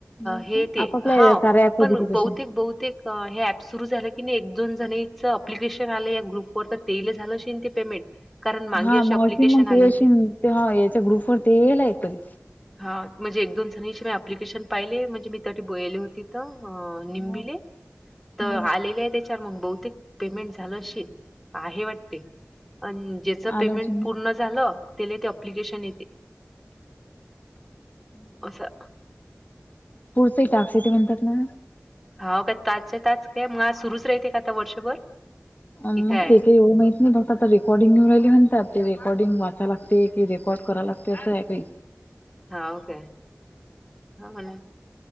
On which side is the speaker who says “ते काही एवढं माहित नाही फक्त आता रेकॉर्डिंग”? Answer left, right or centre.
Left